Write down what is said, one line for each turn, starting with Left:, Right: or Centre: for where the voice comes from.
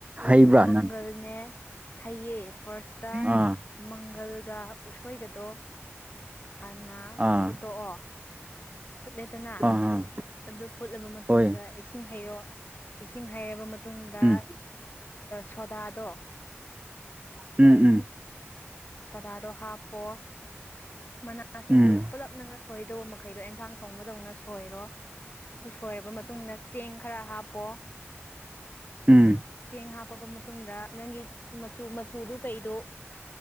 Right: ꯍꯩꯕ꯭ꯔꯥ
Left: ꯃꯪꯒꯜꯅꯦ
Right: ꯅꯪ
Left: ꯍꯩꯌꯦ ꯐꯥꯔꯁꯇ
Right: ꯑꯥ
Left: ꯃꯪꯒꯜꯒ ꯎꯁꯣꯏꯒꯗꯣ ꯍꯥꯟꯅ
Right: ꯑꯥ
Left: ꯐꯨꯠꯇꯣꯛꯑꯣ ꯐꯨꯠꯂꯦꯗꯅ
Right: ꯑꯥ ꯑꯥ
Left: ꯑꯗꯨ ꯐꯨꯠꯂꯕ ꯃꯇꯨꯡꯗ
Right: ꯍꯣꯏ
Left: ꯏꯁꯤꯡ ꯍꯩꯔꯣ ꯏꯁꯤꯡ ꯍꯩꯔꯕ ꯃꯇꯨꯡ ꯃꯇꯨꯡꯗ
Right: ꯎꯝ
Left: ꯁꯣꯗꯥꯗꯣ
Right: ꯎꯝ ꯎꯝ
Left: ꯁꯣꯗꯥꯗꯣ ꯍꯥꯞꯄꯣ ꯃꯅꯥ ꯃꯁꯤꯡ
Right: ꯎꯝ
Left: ꯄꯨꯂꯞ ꯅꯪꯅ ꯁꯣꯏꯗꯧꯕ ꯃꯈꯩꯗꯣ ꯑꯦꯟꯖꯥꯡ ꯊꯣꯡꯕꯗꯧꯅ ꯁꯣꯏꯔꯣ ꯑꯗꯨ ꯁꯣꯏꯔꯕ ꯃꯇꯨꯡꯗ ꯆꯦꯡ ꯈꯔ ꯍꯥꯞꯄꯣ
Right: ꯎꯝ
Left: ꯆꯦꯡ ꯍꯥꯞꯄꯕ ꯃꯇꯨꯡꯗ ꯅꯪꯒꯤ ꯃꯆꯨ ꯃꯆꯨꯗꯨ ꯀꯩꯗꯣ